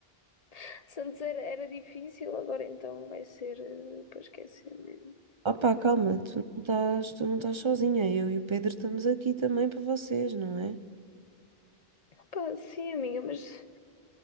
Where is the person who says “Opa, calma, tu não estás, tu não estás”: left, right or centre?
Right